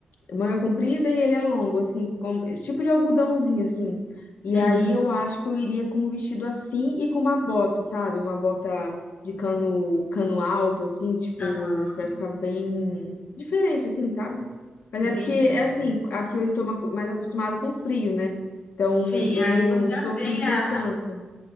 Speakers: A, on the left (about 70°); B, on the left (about 45°).
A: manga comprida e ele é longo, assim, como, tipo de algodãozinho, assim. E
B: Uhum,
A: aí eu acho que eu iria com um vestido assim e com uma bota, sabe? Uma bota de cano, cano alto, assim, tipo,
B: Aham.
A: pra ficar bem diferente, assim, sabe? Mas
B: entendi.
A: é porque, é assim, aqui eu estou ma- mais acostumado com frio, né? Então
B: Sim,
A: eu
B: aí
A: não
B: você já
A: sofreria
B: tem a.
A: tanto.